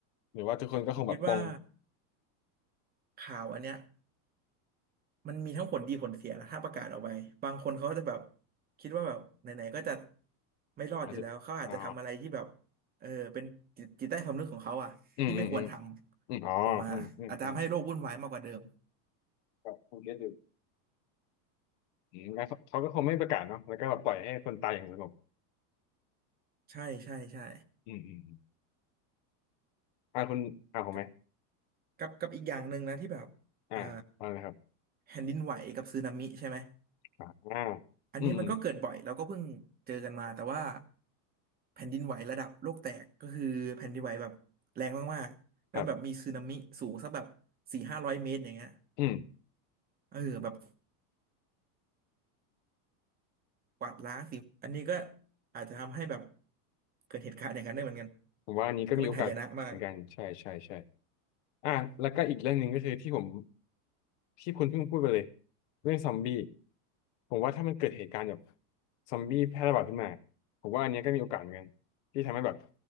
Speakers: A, on the left; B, on the right.
A: หรือว่าทุกคนก็คงแบบปลง
B: ๆ ผมคิดว่าข่าวอันเนี้ย มันมีทั้งผลดีผลเสียนะถ้าประกาศออกไปบางคนเขาก็จะแบบคิดว่าแบบไหนๆก็จะไม่รอดอยู่แล้วเขาอาจจะทำอะไรที่แบบ
A: อาจจะอ๋อ
B: เออเป็นจิตจิตใต้สำนึกของเขาอะที่ไม่ควรทำออกมาอาจจะทำให้โลกวุ่นวายมากกว่าเดิม
A: อืมอืมอืม อืมอ๋ออืมอืมผมผมผมเก็ตอยู่อืมงั้นเขาเขาก็คงไม่ประกาศเนาะแล้วก็แบบปล่อยให้คนตายอย่างสงบ
B: ใช่ใช่ใช่
A: อืมอืมอมอ่าคุณอ่าผมไหม
B: กับกับกับอีกอย่างหนึ่งนะที่แบบอ่า
A: อ่าว่าเลยครับ
B: แผ่นดินไหวกับสึนามิใช่ไหม
A: อ่าอ่า
B: อันนี้มันก็เกิดบ่อยแล้วก็เพิ่งเจอกันมาแต่ว่า
A: อืมอืม
B: แผ่นดินไหวระดับโลกแตกก็คือแผ่นดินไหวแบบแรงมากๆแล้วแบบมีสึนามิสูงสักแบบสี่ห้าร้อยเมตรอย่างเงี้ย
A: ครับอืม
B: เออแบบกวาดล้างสิงอันนี้ก็อาจจะทำให้แบบเกิดเหตุการณ์อย่างนั้นได้เหมือนกัน
A: ผมว่าอันนี้ก็มีโอกาสเหมือนกันใช่ใช่ใช่
B: ก็เป็นหายนะมาก
A: อ่าแล้วก็อีกเรื่องหนึ่งก็คือที่ผมที่คุณเพิ่งพูดไปเลยเรื่องซอมบี้ผมว่าถ้ามันเกิดเหตุการณ์แบบซอมบี้แพร่ระบาดขึ้นมาผมว่าอันเนี้ยก็มีโอกาสเหมือนกันที่ทำให้แบบ